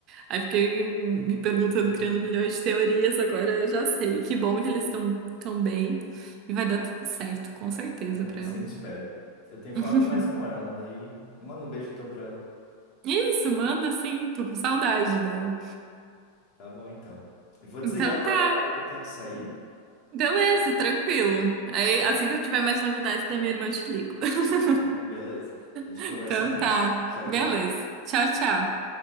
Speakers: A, on the right (about 45°); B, on the left (about 45°).
A: Aí fiquei me perguntando,
B: Uhum.
A: criando milhões de teorias, agora eu já sei. Que bom que eles estão tão tão bem e vai dar tudo certo, com certeza,
B: Ah,
A: pra
B: é, sim,
A: ela.
B: espero. Eu tenho falado
A: <laughs>
B: mais com ela, daí eu mando um beijo teu pra ela.
A: Isso, manda sim, tô com saudade dela.
B: Tá bom, então. Eu vou desligar
A: Então
B: agora,
A: tá,
B: Mara, que eu tenho que sair.
A: beleza, tranquilo. Aí assim que eu tiver mais novidades da minha irmã, eu te ligo. <laughs>
B: <laughs> Beleza. A gente
A: Então
B: conversa mais.
A: tá,
B: Tchau,
A: beleza.
B: tchau.
A: Tchau, tchau.